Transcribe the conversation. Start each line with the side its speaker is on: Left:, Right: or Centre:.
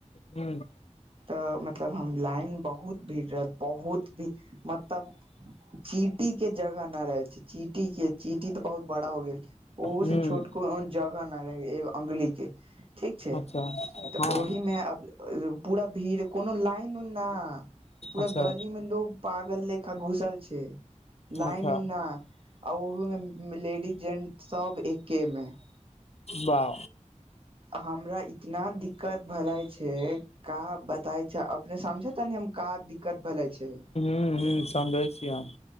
Left: हूँ
Right: <inaudible> तऽ मतलब हम लाइन बहुत भीड़ रह बहुत भीड़ मतलब ची चीटी के जगह न रहैइ छैइ ची चिटी के चींटी ते बहुत बड़ा हो गेल ओहो
Left: हूँ
Right: से छोटको जगह न रहेए एगो अंगली के ठीक छैइ
Left: अच्छा
Right: तऽ
Left: हँ
Right: ओहि में अब पूरा भीड़ कोनो लाइन उन ना पूरा
Left: अच्छा
Right: गली में लोग पागल लेखा घुसल छै लाइन
Left: अच्छा
Right: उइन ना आ ऊहो में लेडिज जेन्ट सब एकेमे
Left: वाह
Right: हमरा इतना दिक्कत भलाए छै का बताय छै अपने समझे तानी हम का दिक्कत भेलै आइ छै
Left: हूं हूं समझय छी हम